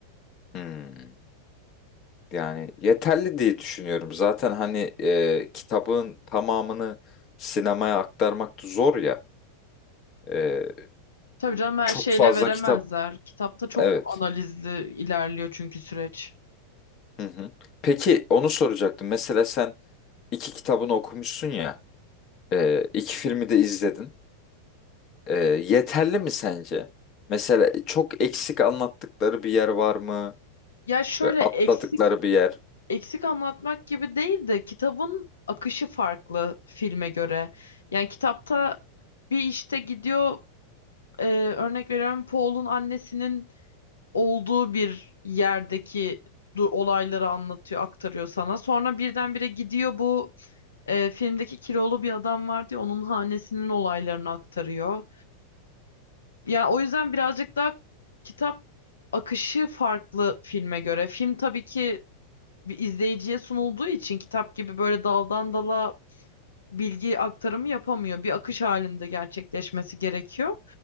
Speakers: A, on the left; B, on the left.
A: Hmm. Yani yeterli diye düşünüyorum. Zaten hani e, kitabın tamamını sinemaya aktarmak da zor ya. E,
B: Tabii canım her
A: çok
B: şeyle
A: fazla
B: veremezler.
A: kitap.
B: Kitapta çok
A: Evet.
B: analizli ilerliyor çünkü süreç.
A: Hı hı. Peki onu soracaktım. Mesela sen iki kitabını okumuşsun ya. E, iki filmi de izledin. E, yeterli mi sence? Mesela çok eksik anlattıkları bir yer var mı?
B: Ya şöyle
A: Ve atladıkları
B: eksik
A: bir yer.
B: eksik anlatmak gibi değil de kitabın akışı farklı filme göre. Yani kitapta bir işte gidiyor e, örnek veriyorum Paul'un annesinin olduğu bir yerdeki du- olayları anlatıyor, aktarıyor sana. Sonra birdenbire gidiyor bu e, filmdeki kilolu bir adam var diye onun hanesinin olaylarını aktarıyor. Yani o yüzden birazcık daha kitap akışı farklı filme göre. Film tabii ki bir izleyiciye sunulduğu için kitap gibi böyle daldan dala bilgi aktarımı yapamıyor. Bir akış halinde gerçekleşmesi gerekiyor.